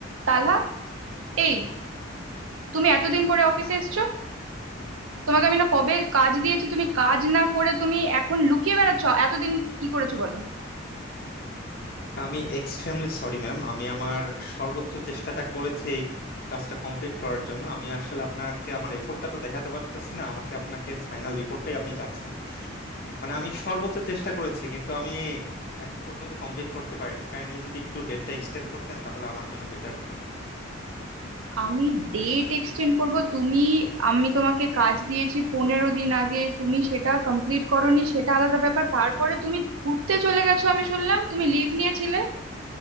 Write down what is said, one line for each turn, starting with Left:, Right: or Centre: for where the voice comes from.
Right: তালহা এই তুমি এতদিন পরে অফিসে এসছো তোমাকে আমি না কবে কাজ দিয়েছি তুমি কাজ না করে তুমি এখন লুকিয়ে বেড়াচ্ছো এতদিন কি করেছো বলো
Left: আমি extremely sorry ma'am আমি আমার সর্বোচ্চ চেষ্টাটা করেছি এই কাজটা কমপ্লিট করার জন্য আমি আসলে আপনাকে আমার এফোর্টটা তো দেখাতে পারতাছি না আমাকে আপনাকে ফাইনাল রিপোর্টটাই আপনি চাচ্ছেন মানে আমি সর্বোচ্চ চেষ্টা করেছি কিন্তু আমি এখন পর্যন্ত কমপ্লিট করতে পারিনি কাইন্ডলি যদি একটু ডেটটা এক্সটেন্ড করতেন তাহলে আমার জন্য বেটার হতো
Right: আমি ডেট এক্সটেন্ড করব তুমি আমি তোমাকে কাজ দিয়েছি পনেরো দিন আগে তুমি সেটা কমপ্লিট করোনি সেটা আলাদা ব্যাপার তারপরে তুমি ঘুরতে চলে গেছো আমি শুনলাম তুমি লিভ নিয়েছিলে